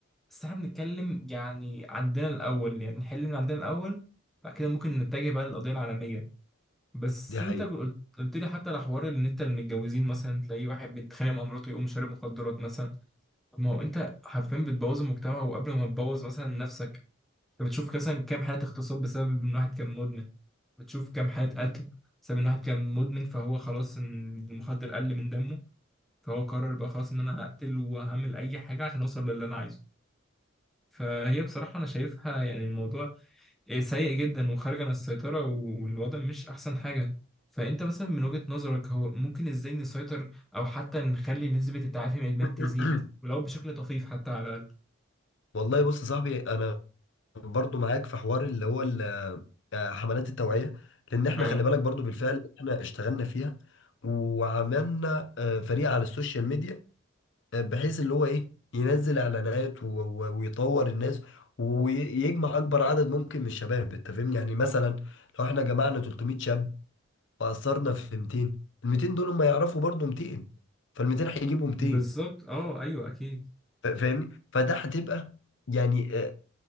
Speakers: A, in the centre; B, on the left (about 60°).
A: بس إحنا بنتكلم يعني عندنا الأول يعني نحل من عندنا الأول بعد كده ممكن نتجه بقى للقضية العالمية بس
B: دي
A: انت
B: حقيقة
A: قلت قلت لي حتى على حوار ان انت المتجوزين مثلا تلاقي واحد متخانق مع مراته يقوم شارب مخدرات مثلا طب ما هو انت حرفيا بتبوظ المجتمع وقبل ما تبوظ مثلا نفسك انت بتشوف مثلا كام حالة اغتصاب بسبب ان واحد كان مدمن بتشوف كام حالة قتل بسبب ان واحد كان مدمن فهو خلاص ان المخدر قل من دمه فهو قرر بقى خلاص ان انا هقتل وهعمل اي حاجة عشان اوصل للي انا عايزه فهي بصراحة انا شايفها يعني الموضوع إيه سيء جدا وخارج عن السيطرة والوضع مش أحسن حاجة فأنت مثلا من وجهة نظرك هو ممكن إزاي نسيطر أو حتى نخلي نسبة التعافي من الإدمان
B: <coughs>
A: تزيد
B: <clears throat>
A: ولو بشكل طفيف حتى على الأقل
B: والله بص يا صاحبي انا برضو معاك في حوار اللي هو ال- آه، حملات التوعية لان احنا
A: اه
B: خلي بالك برضو بالفعل احنا اشتغلنا فيها وعملنا آه، فريق على السوشيال ميديا آه، بحيث اللي هو ايه ينزل اعلانات و- و- ويطور الناس ويجمع اكبر عدد ممكن من الشباب انت فاهمني يعني مثلا لو احنا جمعنا 300 شاب واثرنا في 200 ال 200 دول هم يعرفوا برضو 200 فال 200 هيجيبوا 200
A: بالظبط أه أيوه أكيد
B: فا- فاهمني فده هتبقى يعني